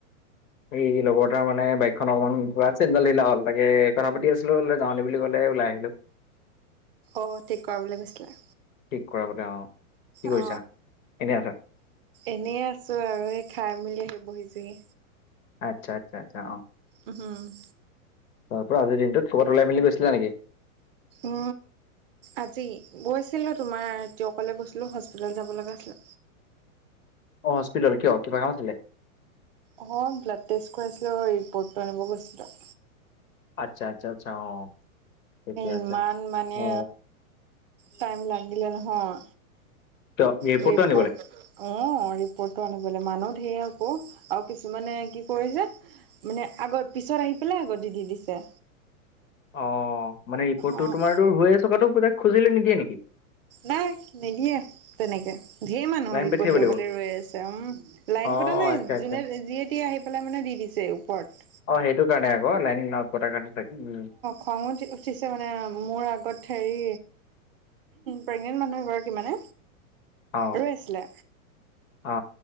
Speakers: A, on the left; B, on the right.
A: এই লগৰ এটাৰ মানে বাইকখন অকমান চেণ্ডাল ঢিলা হ'ল তাকে কথা পাতি আছিলো যাওনে বুলি কলে ওলাই আহিলো
B: অ ঠিক কৰা বুলি কৈছিলে
A: ঠিক কৰাবলৈ অ কি কৰিছা?
B: অ
A: এনেই আছা?
B: এনে আছো আৰু এই খাই মেলি আহি বহিচোহি
A: আচ্ছা আচ্ছা আচ্ছা অ
B: উম
A: তাৰ পৰা আজিৰ দিনটোত কবাত ওলাই মেলি গৈছিলা নেকি
B: অ আজি গৈছিলো তোমাৰ টিউকলে গৈছিলো হস্পিতালত যাব লগা আছিলে
A: অ হস্পিতেলত কিয় কিবা কাম আছিলে
B: অ ব্লাড টেষ্ট কৰাইছিলো ৰিপৰ্টটো আনিব গৈছিলো
A: আচ্ছা, আচ্ছা, আচ্ছা অ'। ঠিকে
B: ইমান
A: আছে।
B: মানে
A: অ
B: টাইম লাগিলে নহয়।
A: ত ৰিপৰ্টটো
B: তপ
A: আনিব
B: <unintelligible>
A: লাগে?
B: অ', ৰিপৰ্টটো আনিবলৈ মানুহ ঢেৰ আকৌ আৰু কিছুমানে কি কৰিছে। মানে আগৰ পিছত আহি পেলাই আগতে দি দিছে।
A: অ', মানে ৰিপৰ্টটো
B: অ',
A: তোমাৰতো হৈ আছে থকাতো তাক খুজিলে নিদিয়ে নেকি?
B: নাই নিদিয়ে তেনেকে। ঢেৰ মানুহৰ
A: লাইন
B: ৰিপৰ্ট
A: পাতি থাকিব
B: ল'বলৈ
A: লাগিব
B: ৰৈ আছে উম লাইন
A: অ
B: পতা নাই
A: আচ্ছা আচ্ছা
B: যোনে যিয়েটিয়ে আহি পেলাই মানে দি দিছে। পট
A: অ', সেইটো কাৰণে আকৌ লাইন ন পটাৰ কাৰণে থাকিম উ।
B: খং উঠি উঠিছে মানে মোৰ আগত হেৰি প্ৰেগনেণ্ট মানুহ এগৰাকী মানে
A: অ
B: ৰৈ আছিলে।
A: অ